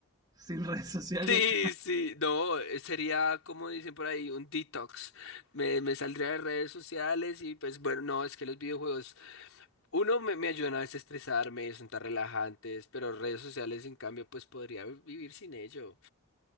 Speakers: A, on the right; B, on the left.
A: sin redes sociales.
B: Sí, sí, no, eh, sería como dicen por ahí, un detox. Me, me saldría de redes sociales y pues bueno, no, es que los videojuegos, uno me, me ayudan a desestresarme, son tan relajantes, pero redes sociales en cambio pues podría vi- vivir sin ello,